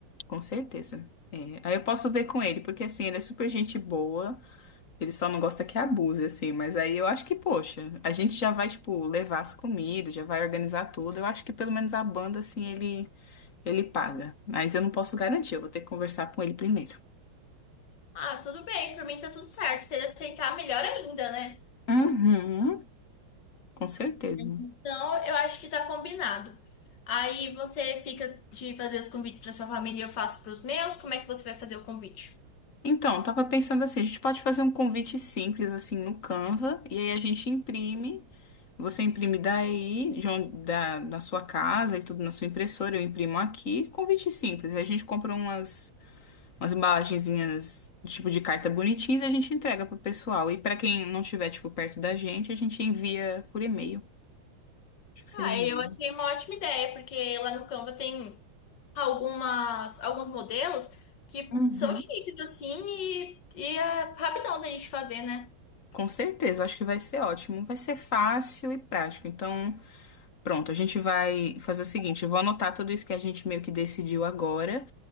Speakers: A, on the left; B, on the left.
A: Com certeza. É, aí eu posso ver com ele, porque assim, ele é super gente boa, ele só não gosta que abuse, assim, mas aí eu acho que, poxa, a gente já vai, tipo, levar as comidas, já vai organizar tudo. Eu acho que pelo menos a banda, assim, ele, ele paga. Mas eu não posso garantir, eu vou ter que conversar com ele primeiro.
B: Ah, tudo bem, pra mim tá tudo certo. Se ele aceitar, melhor ainda, né?
A: Uhum, com certeza.
B: Então, eu acho que tá combinado. Aí você fica de fazer os convites pra sua família e eu faço pros meus. Como é que você vai fazer o convite?
A: Então, tava pensando assim, a gente pode fazer um convite simples assim no Canva e aí a gente imprime. Você imprime daí, de onde, da, da sua casa e tudo na sua impressora, eu imprimo aqui. Convite simples. Aí a gente compra umas umas embalagenzinhas de tipo de carta bonitinhas e a gente entrega pro pessoal. E pra quem não tiver tipo perto da gente, a gente envia por e-mail. Acho que seria
B: Ah,
A: um.
B: eu
A: bom.
B: achei uma ótima ideia, porque lá no Canva tem algumas, alguns modelos que
A: Uhum.
B: são chiques, assim, e, e é rapidão da gente fazer, né?
A: Com certeza, eu acho que vai ser ótimo. Vai ser fácil e prático. Então, Pronto, a gente vai fazer o seguinte, eu vou anotar tudo isso que a gente meio que decidiu agora,